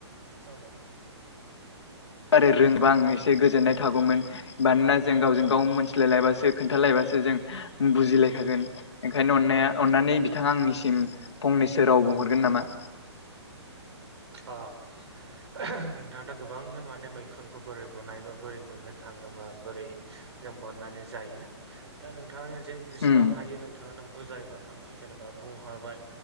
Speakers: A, on the right (about 70°); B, on the left (about 70°).
A: औ।
B: आरो रोंबा आं एसे गोजोननाय थागौमोन मानोना जों गावजों गाव मोनथिलायलायबासो खोन्थालायबासो जों बुजिलायखागोन। ओंखायनो अननाया अननानै बिथाङा आंनिसिम फंनैसो राव बुंहरगोन नामा?
A: अ ओहो हो नो <inaudible> दा गोबांनो माने मैखुनखौ बोरै बनायबा बोरै मोननो थाङोबा बोरै जों बनायनानै जायोना दा नोंथाङानो जे जेसेबां
B: उम
A: हायो नोंथाङानो बुजायबा आंखौ जेनेबा बुंहरबाय